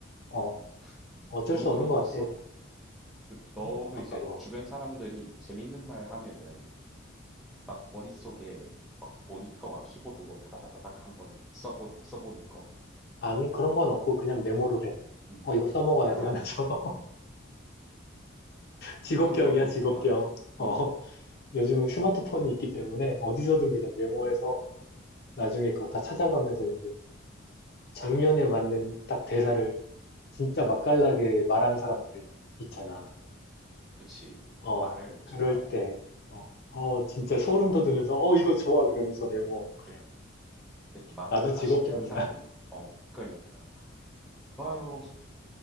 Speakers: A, on the left; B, in the centre.
A: 어,
B: 음,
A: 어쩔
B: 너도
A: 수
B: 그런
A: 없는 것
B: 거 있어?
A: 같아.
B: 그, 너도
A: 응? 어떤
B: 이제
A: 거?
B: 주변 사람들이 재밌는 말 하면은 막 머릿속에 막 모니터와 키보드로 다다다다닥 한번 써보, 써보는 거?
A: 아니, 그런 건 없고 그냥 메모를 해.
B: 음,
A: 어, 이거 써먹어야지
B: 아,
A: 하면서.
B: <laughs>
A: <laughs> 직업병이야,
B: 그런 방법이
A: 직업병.
B: 있구나.
A: 어,
B: 음,
A: 요즘은 스마트폰이 있기 때문에 어디서든 그냥 메모해서
B: 음,
A: 나중에
B: 음.
A: 그거 다 찾아가면서 이제 장면에 맞는 딱 대사를 진짜 맛깔나게
B: 음.
A: 말하는 사람들이 있잖아.
B: 그치.
A: 어,
B: 말을
A: 그럴
B: 정말
A: 때,
B: 어우
A: 어, 어,
B: 어
A: 진짜 소름 돋으면서, 어, 이거 좋아. 그러면서 메모하고 그래.
B: 그러니까 그 말을
A: 나도 직업병이야.
B: 맛있게 하는 사람들이
A: <laughs>
B: 어 그러니까 아유